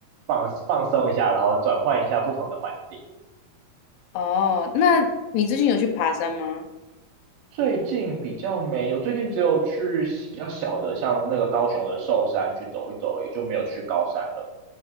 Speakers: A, on the right; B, on the left.
A: 放放松一下，然后转换一下不同的环境。
B: 哦，那你最近有去爬山吗？
A: 最近比较没有，最近只有去比较小的，像那个高雄的寿山去走一走而已，就没有去高山了。